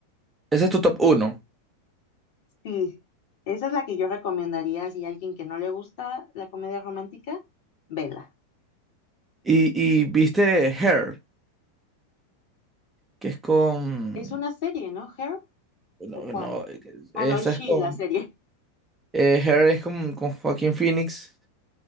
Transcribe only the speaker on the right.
ese es tu top uno.
Y, y viste Hair, que es con,
no,
no,
esa
es con,
eh, Hair es con, con Joaquín Phoenix,